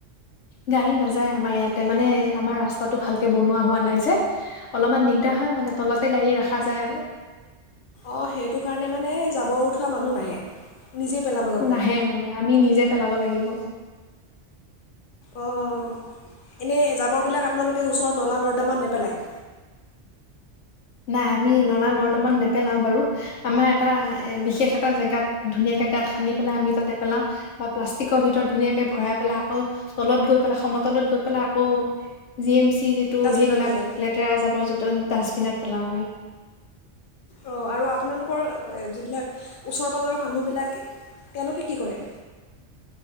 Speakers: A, on the left; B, on the left.
A: গাড়ী নাযায় আমাৰ ইয়াতে মানে, আমাৰ ৰাস্তাটো ভালকে বনোৱা হোৱা নাই যে, অলপমান দিগদাৰ হয় মানে তলতে গাড়ী ৰাখা যায় আৰু।
B: অহ, সেইটো কাৰণে মানে যাবৰ উঠোৱা মানুহ নাহে। নিজেই পেলাব যাব
A: নাহে
B: লাগে
A: মানে আমি নিজে পেলাব লাগিব।
B: অহ, এনে জাব বৰ বিলাক আপোনালোকে ওচৰৰ নলা নদ দামত নেপেলায়।
A: নাই, আমি নলা-নৰ্দমান নেপেলাওঁ বাৰু। আমাৰ এটা এ বিশেষ এটা জেগাত ধুনীয়াকে গাত সান্দি পেলাই আমি তাতে পেলাওঁ বা প্লাষ্টিকৰ ভিতৰত ধুনীয়াকে ভৰাই পেলাই। আকৌ তলত গৈ পেলাই সমতলত গৈ পেলাই আকৌ জি এম চি সি যিটো
B: ডাষ্টবিনত
A: সেইবিলাক
B: পেলায়
A: লেতেৰা জাবৰ যোতন ডাষ্ট বিনত পেলাওঁ আমি।
B: অহ, আৰু আপোনালোকৰ অ', এ যিবিলাক ওচৰ পাজৰৰ মানুহবিলাক, তেওঁলোকে কি কৰে?